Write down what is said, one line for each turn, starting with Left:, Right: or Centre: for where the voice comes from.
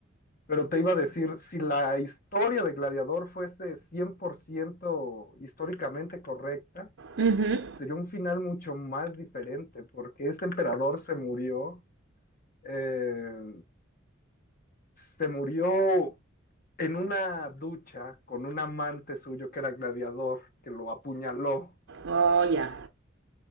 Left: Pero te iba a decir, si la historia de Gladiador fuese 100% históricamente correcta,
Right: Ujú.
Left: sería un final mucho más diferente, porque ese emperador se murió, eh, se murió en una ducha con un amante suyo que era gladiador, que lo apuñaló.
Right: Oh, ya.